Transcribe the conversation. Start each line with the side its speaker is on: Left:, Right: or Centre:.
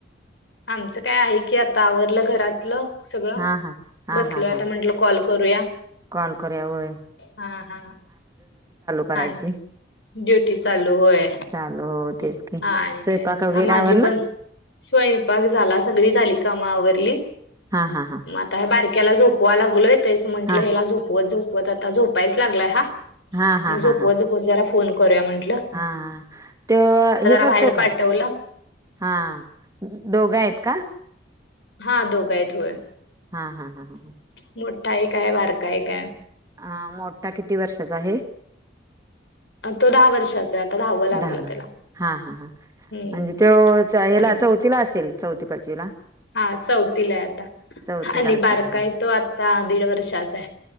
Left: आमचं काय आहे की, आता आवरलं घरातलं सगळं.
Right: हा हा. हा
Left: बसलोय
Right: हा
Left: आता
Right: हा
Left: म्हटलं, कॉल करूया.
Right: कॉल करुया व्हय.
Left: हा हा
Right: करायची.
Left: आणि ड्युटी चालू होय.
Right: चालू हो तेच
Left: हा
Right: की
Left: आणि
Right: स्वयंपाक
Left: काय म
Right: वगैरे
Left: माझी
Right: आवरला
Left: पण स्वयंपाक झाला, सगळी झालीत काम आवरली.
Right: हा हा हां.
Left: म आता हे बारक्याला झोपवाय लागलोय तेच म्हंटलं,
Right: हा
Left: याला झोपवत झोपवत आता झोपायच लागलाय हा.
Right: हा हा
Left: म झोपवत,
Right: हा हा.
Left: झोपवत जरा फोन करूया म्हटल.
Right: हा तो हे करतो
Left: बाहेर पाठवलं
Right: का? हा दोघ आहेत का?
Left: हा दोघ आहेत होय.
Right: हा हा हा हा
Left: मोठा एक आहे. बारका एक आहे.
Right: आ मोठा किती वर्षाचा आहे.
Left: तो दहा वर्षाचा आता दहावं लागलं
Right: दहा व
Left: त्याला
Right: हा हा हा
Left: हम्म
Right: म्हणजे तो याला
Left: आणि
Right: चौथीला असेल. चौथी पाचवीला
Left: हा चौथीला आहे आता.
Right: चौथीला
Left: आणि
Right: असेल
Left: बारका
Right: हा
Left: आहे तो आता दीड वर्षाचा आहे.